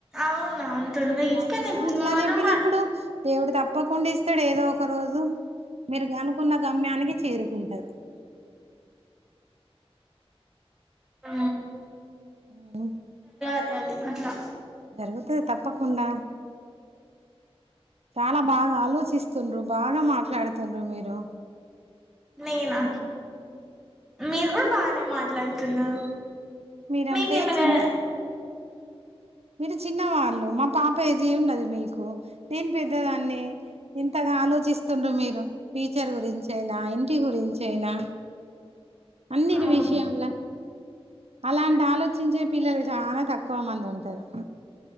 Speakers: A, in the centre; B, on the right.
A: అవునా అంతుంది
B: మరిక
A: కానీ
B: అట్లా
A: మనం
B: చెప్పినప్పుడు దేవుడు తప్పకుండా ఇస్తాడు ఏదో ఒక రోజు మీరు అనుకున్న గమ్యానికి చేరుకుంటారు
A: ఆ
B: ఉ
A: తెలి అట్లా
B: జరుగుతది తప్పకుండా చాలా బాగా ఆలోచిస్తుండ్రు బాగా మాట్లాడుతుండ్రు మీరు
A: నేనా మీరు కూడా బానే మాట్లాడుతున్నారు
B: మీరంటే
A: మీకమనా
B: చిన్ మీరు చిన్న వాళ్ళు మా పాప ఏజ్ ఉన్నది మీకు నేను పెద్దదాన్ని ఇంతగా ఆలోచిస్తుండ్ర మీరు టీచర్ గురించి అయినా ఇంటి గురించి అయినా అన్నిటి
A: అవును
B: విషయంలా అలాంటి ఆలోచించే పిల్లలు చాలా తక్కువ క్కువ మంది ఉంటారు